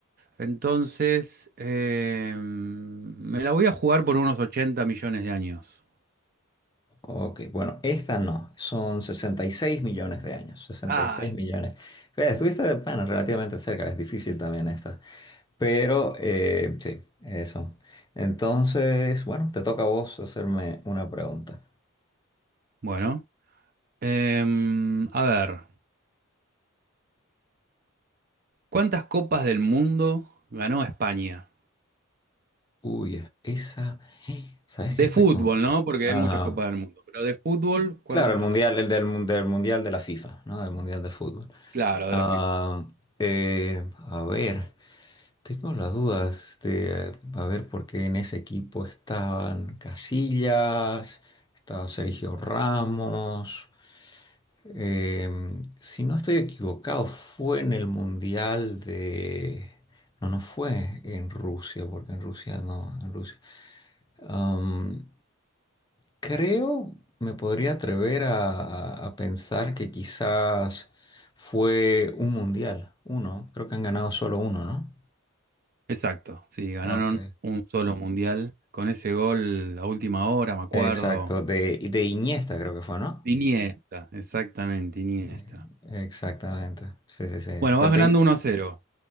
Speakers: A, on the right; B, on the left.
A: Entonces, eh, me la voy a jugar por unos 80 millones de años.
B: Ok, bueno, esta no, son 66 millones de años, 66
A: Ay,
B: millones. Fíjate, Estuviste, bueno, relativamente cerca, es difícil también esta. Pero eh, sí, eso. Entonces, bueno, te toca a vos hacerme una pregunta.
A: Bueno, em, a ver, ¿cuántas copas del mundo ganó España?
B: Uy, es- esa. <gasps> ¿Sabes
A: De
B: que estoy
A: fútbol,
B: con...?
A: ¿no? Porque
B: Ajá.
A: hay muchas copas del mundo, pero de fútbol,
B: Sí,
A: ¿cuántas
B: Claro, el mundial,
A: ganó España?
B: el del, mun- del mundial de la FIFA, ¿no? Del mundial de fútbol.
A: Claro, de
B: Ah,
A: la FIFA.
B: eh, a ver, tengo las dudas de a ver por qué en ese equipo estaban Casillas, estaba Sergio Ramos. Em, si no estoy equivocado, fue en el Mundial de... No, no fue en Rusia, porque en Rusia no, en Rusia. Am, creo, me podría atrever a, a pensar que quizás fue un mundial, uno. Creo que han ganado solo uno, ¿no?
A: Exacto, sí, ganaron
B: Ok.
A: un solo mundial con ese gol a última hora, me acuerdo.
B: Exacto, de, de Iniesta creo que fue, ¿no?
A: Iniesta, exactamente, Iniesta.
B: Eh, Exactamente, sí, sí, sí.
A: Bueno,
B: Pero
A: vas ganando
B: ten-
A: uno a cero,